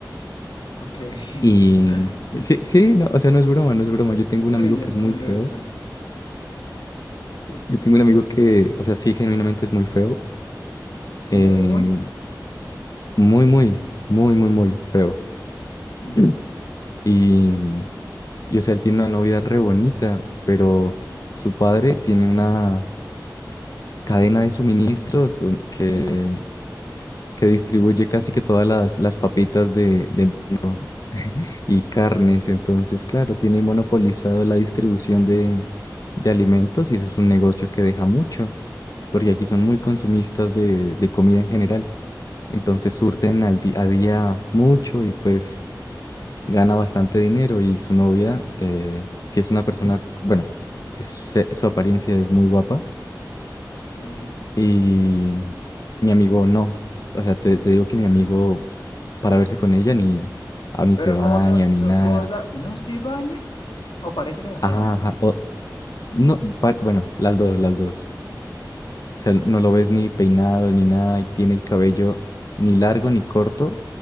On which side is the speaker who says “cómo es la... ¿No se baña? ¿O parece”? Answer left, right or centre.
Left